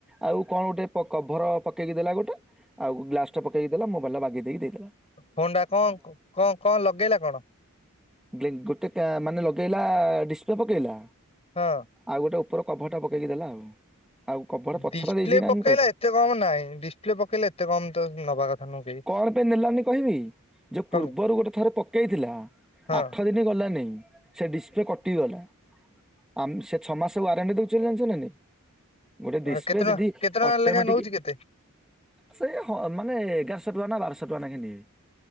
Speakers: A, in the centre; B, on the left.
A: ଆଉ କଣ ଗୋଟେ ପ କଭର ପକେଇକି ଦେଲା ଗୋଟେ ଆଉ ଗ୍ଲାସ ଟା ପକେଇକି ଦେଲା ମୋବାଇଲ ବାଗି ଦେଇ
B: ଫୋନ ଟା ଙ୍କ ଙ୍କ ଙ୍କ ଲଗେଇଲା କଣ?
A: ଗେ ଗୋଟେ କା ମାନେ ଲଗେଇଲା ଡିସପ୍ଲେ ପକେଇଲା
B: ହଁ।
A: ଆଉ ଗୋ ଉପର କଭରଟା ପକେଇକି ଦେଲା ଆଉ। ଆଉ କଭର ପଛଟା
B: ଡିସପ୍ଲେ
A: ଦେଇଛି ନା
B: ପକେଇଲା
A: ମୁଁ କହିବି
B: ଏତେ କମ ନାଇଁ ଡିସପ୍ଲେ ପକେଇଲେ ଏତେ କମ ତ ନବା କଥା ନୁହ
A: କଣ ପାଇଁ ନେଲାନି କହିବି ଯୋଉ
B: କଣ
A: ପୂର୍ବରୁ ଗୋଟେ ଥରେ ପକେଇଥିଲା
B: ପାଇଁ
A: ଆଠ ଦିନ ଗଲା ନାଇଁ ସେ ଡିସପ୍ଲେ ଟିଗଲା ଆମ୍ ସେ ଛଅ ମାସେ ୱାରେଣ୍ଟି ଦୋଉଚି ବୋଲି ଜାଣିଚ ନା ନାହିଁ? ଗୋଟେ ଡିସପ୍ଲେ
B: ହଁ କେତେ ଟଙ୍କା
A: ଯଦି
B: କେତେ ଟଙ୍କା
A: ଅଟୋମେଟିକ
B: ଲେଖା ନଉଛି କେତେ
A: ସେ ହଁ। ଏ ଏଗାରଶ ଟଙ୍କା ନା ବାରଶହ ଟଙ୍କା ନାଖେ ନିଏ।